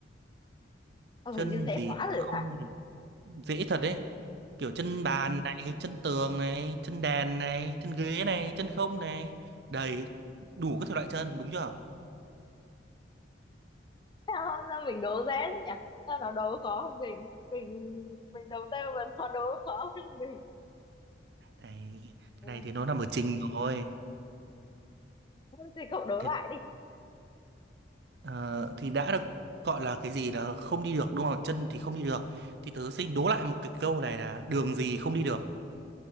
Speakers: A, on the left; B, on the right.
A: ờ,
B: chân
A: hình như dễ
B: gì
A: quá
B: không
A: rồi phải
B: thì dễ thật đấy kiểu chân bàn này chân tường này chân đèn này chân ghế này chân không này đầy đủ các thể loại chân đúng chưa
A: <laughs> sao, sao mình đố dễ thế nhỉ sao nó đố khó hơn mình mình mình đầu tiên mà nó đố khó hơn mình
B: này cái
A: ừ.
B: này thì nó nằm ở trình rồi
A: Thôi thì cậu đố
B: thì,
A: lại đi
B: ờ, thì đã được gọi là cái gì là không đi được đúng không chân thì không đi được thì tớ xin đố lại một cái câu này là đường gì không đi được